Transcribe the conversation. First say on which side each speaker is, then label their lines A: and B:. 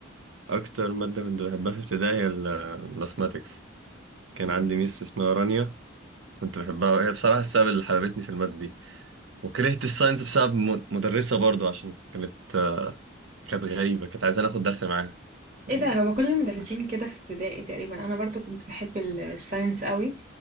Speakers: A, on the right; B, on the right.
A: اكتر ماده كنت بحبها في ابتدائي هي الماثماتكس كان
B: مم.
A: عندي ميس اسمها رانيا كنت بحبها وهي بصراحة السبب اللي حببتني في المادة دي وكرهت الساينس بسبب م- مدرسة برضو عشان كانت كانت غريبة كانت عايزة ناخد درس معاها يعني
B: ايه ده هو كل المدرسين
A: مش
B: كده في ابتدائي تقريبا انا برضو كنت بحب ال- الساينس قوي